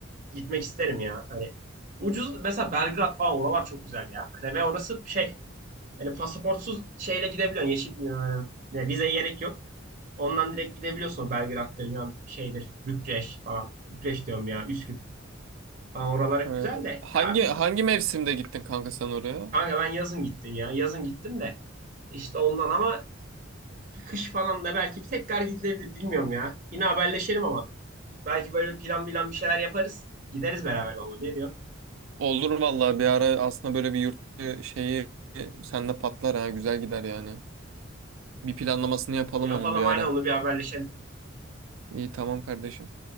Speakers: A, on the right (about 40°); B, on the right (about 75°).
A: gitmek isterim ya. Hani ucuz mesela Belgrad falan oralar çok güzel ya. Hani ve orası şey Hani pasaportsuz şeyle gidebiliyorsun. Yeşil e, ne, vizeye gerek yok. Ondan direkt gidebiliyorsun Belgrad'dır, bilmem şeydir, Bükreş falan. Bükreş diyorum ya, Üsküp falan oralar hep
B: E,
A: güzel de.
B: hangi
A: Ya bir
B: hangi mevsimde gittin kanka sen oraya?
A: kanka ben yazın gittim ya. Yazın gittim de. İşte ondan ama kış falan da belki bir tekrar gidilebilir bilmiyorum ya. Yine haberleşelim ama. Belki böyle plan bilen bir şeyler yaparız. Gideriz beraber onunla. Ne diyorsun?
B: Olur vallahi bir ara aslında böyle bir yurt dışı şeyi sende patlar ha güzel gider yani. Bir planlamasını yapalım
A: Yapalım
B: onun bir ara.
A: aynen onu bir haberleşelim.
B: İyi tamam kardeşim.